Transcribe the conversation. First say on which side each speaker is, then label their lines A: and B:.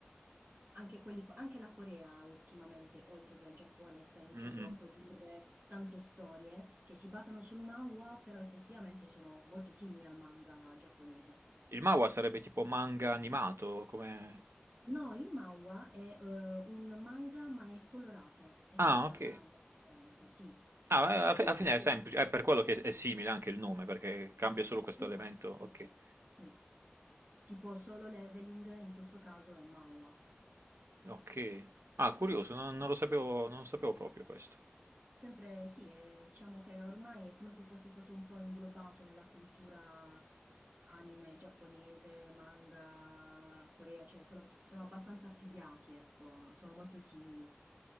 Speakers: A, on the right; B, on the right.
A: Anche quelli co anche la Corea ultimamente, oltre che al Giappone, sta iniziando
B: Mm, mm.
A: a produrre tante storie che si basano sul manhwa, però effettivamente sono molto simili al manga giapponese.
B: Il manhwa sarebbe tipo manga animato, come...
A: No, il manhwa è, uhm, un manga, ma è colorato. È
B: Ah,
A: questa
B: ok.
A: è la la differenza, sì.
B: Ah, eh, alla
A: Tutto
B: fi- alla fine
A: colora
B: è semplice, è per quello che è simile anche il nome, perché cambia solo questo
A: Esatto,
B: elemento.
A: sì,
B: Ok.
A: sì, sì. Tipo Solo Leveling in questo caso è un manhwa.
B: Ok. Ah, curioso, non, non lo sapevo, non sapevo proprio questo.
A: Sempre sì, ehm, diciamo che ormai è come se fosse stato un po' inglobato nella cultura anime giapponese, manga, Corea, cioè sono sono abbastanza affiliati, ecco, sono molto simili.